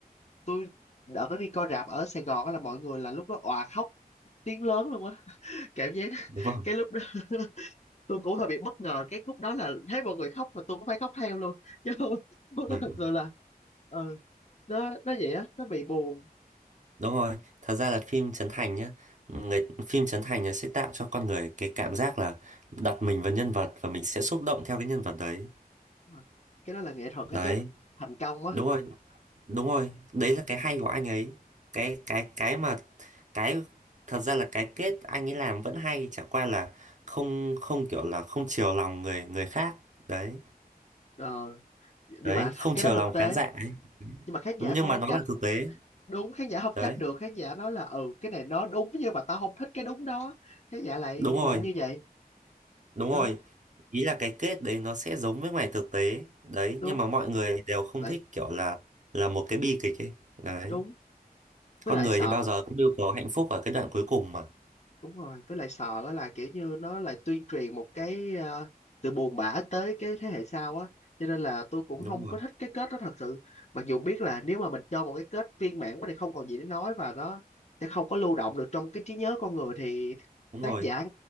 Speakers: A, on the left; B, on the right.
A: tôi đỡ có đi coi rạp ở Sài Gòn á là mọi người là lúc đó òa khóc tiếng lớn luôn á cảm giác <laughs>
B: đúng rồi
A: cái lúc đó tôi cũng hơi bị bất ngờ cái khúc đó là thấy mọi người khóc mà tôi cũng phải khóc theo luôn <laughs> chứ không không
B: Ừ,
A: đó thật sự là ừ nó nó vậy á nó bị buồn
B: đúng rồi thật ra là phim Trấn Thành nhá người phim Trấn Thành nó sẽ tạo cho con người cái cảm giác là đặt mình vào nhân vật và mình sẽ xúc động theo cái nhân vật đấy
A: Đúng rồi. cái đó là nghệ thuật á
B: đấy
A: chứ thành công á
B: đúng rồi đúng rồi đấy là cái hay của anh ấy cái cái cái mà cái thật ra là cái kết anh ấy làm vẫn hay chả qua là không không kiểu là không chiều lòng người người khác đấy
A: ờ nhưng
B: đấy
A: mà
B: không
A: cái
B: chiều
A: đó thực
B: lòng
A: tế
B: khán giả ấy.
A: nhưng mà khán giả
B: nhưng
A: cũng
B: mà
A: không
B: nó
A: trách
B: là thực tế
A: đúng khán giả không
B: đấy
A: trách được khán giả nói là ừ cái này nó đúng nhưng mà tao không thích cái đúng đó khán giả lại
B: đúng rồi
A: lại như vậy
B: đúng
A: đó
B: rồi ý là cái kết đấy nó sẽ giống với ngoài thực tế đấy
A: đúng
B: nhưng mà mọi người đều không
A: lại
B: thích kiểu là là một cái bi kịch ấy đấy
A: đúng với
B: con
A: lại
B: người
A: sợ
B: thì bao giờ cũng đều có hạnh phúc ở cái đoạn cuối cùng mà
A: đúng rồi với lại sợ á là kiểu như nó lại tuyên truyền một cái ờ, sự buồn bã tới cái thế hệ sau á cho nên là tôi cũng
B: đúng
A: không
B: rồi
A: có thích cái kết đó thật sự mặc dù biết là nếu mà mình cho một cái kết viên mãn quá thì không còn gì để nói và nó sẽ không có lưu động được trong cái trí nhớ con người thì
B: đúng
A: tác
B: rồi
A: giả